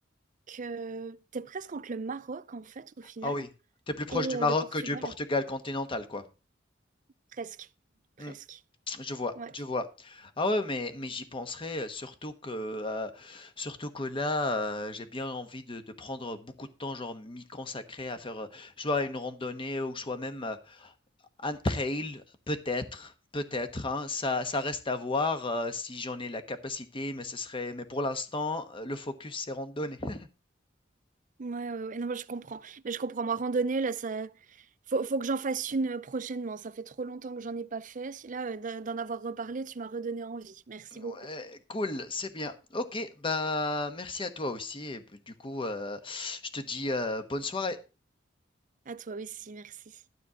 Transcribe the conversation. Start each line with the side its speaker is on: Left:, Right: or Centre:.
Right: que t'es presque entre le Maroc, en fait, au final,
Left: Ah oui, t'es plus proche
Right: et euh,
Left: du Maroc
Right: le Portugal.
Left: que du Portugal continental, quoi.
Right: Presque. Presque.
Left: Hmm. Je vois,
Right: Ouais.
Left: je vois. Ah ouais, mais, mais j'y penserai, euh, surtout que, euh, surtout que là, euh, j'ai bien envie de, de prendre beaucoup de temps, genre m'y consacrer à faire euh, soit une randonnée ou soit même euh, un trail, peut-être, peut-être, hein. Ça, ça reste à voir euh, si j'en ai la capacité, mais ce serait, mais pour l'instant, euh, le focus c'est randonnée. <laughs>
Right: Ouais, ouais, ouais. Non, mais je comprends. Mais je comprends. Moi, randonnée, là, ça. Faut, faut que j'en fasse une euh, prochainement. Ça fait trop longtemps que j'en ai pas fait. Là, euh, d'en d'en avoir reparlé, tu m'as redonné envie. Merci beaucoup.
Left: Ouais, cool, c'est bien. Ok, bah merci à toi aussi. Et bah, du coup, euh, je te dis euh, bonne soirée.
Right: À toi aussi, merci.